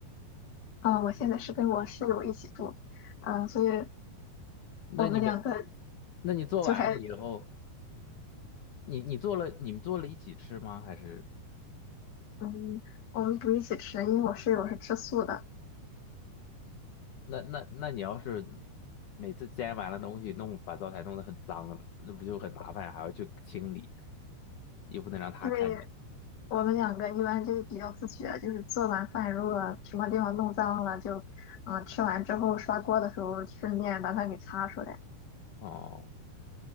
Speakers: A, on the left; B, on the left.
A: 啊、我现在是跟我室友一起住，啊、所以
B: 那你没，
A: 我们两个
B: 那你做完了以后，
A: 就还，
B: 你你做了，你们做了一起吃吗？还是？
A: 嗯，我们不一起吃，因为我室友是吃素的，
B: 那那那你要是每次摘完了东西弄，把灶台弄得很脏，那不就很麻烦，还要去清理，又不能让他看见。
A: 因为我们两个一般就比较自觉，就是做完饭如果什么地方弄脏了，就，嗯、吃完之后刷锅的时候顺便把它给擦出来。
B: 哦，